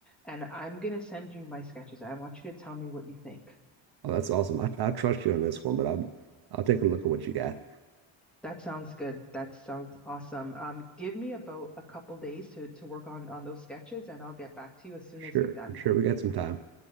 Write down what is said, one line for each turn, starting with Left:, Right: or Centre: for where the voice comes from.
Centre: And I'm gonna send you my sketches. I want you to tell me what you think.
Right: Oh, that's awesome. I, I trust you on this one, but I'll I'll take a look at what you got.
Centre: That sounds good. That sounds awesome. Um, give me about a couple days to to work on on those sketches and I'll get back to you as soon
Right: Sure,
Centre: as they're done.
Right: sure. We got some time.